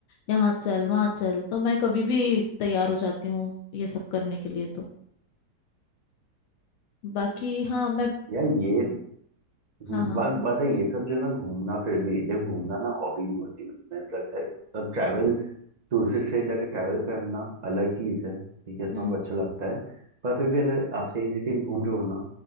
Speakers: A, on the left; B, on the right.
A: यहाँ चल वहाँ चल तो मैं कभी भी तैयार हो जाती हूँ ये सब करने के लिए तो बाकी हाँ मैं
B: यार ये हम्म,
A: हाँ हाँ
B: बात बात है ये सब जो है ना घूमना फिर भी देखो घूमना ना हॉबी नहीं होती मुझे ऐसा लगता है अब ट्रैवल दूसरे स्टेट जाके ट्रैवल करना अलग चीज़ है ठीक है उसमें
A: हम्म
B: आपको अच्छा लगता है पर फिर भी अगर आप सही सिटी में घूम रहे हो ना